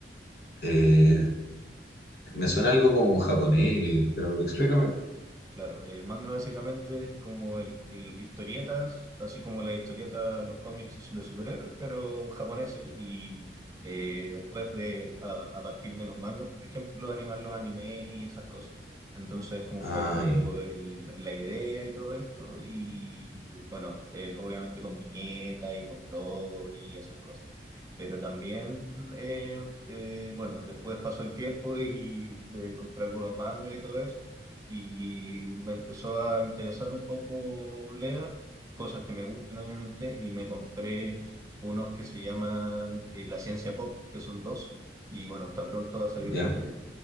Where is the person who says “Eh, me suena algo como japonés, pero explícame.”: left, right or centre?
Left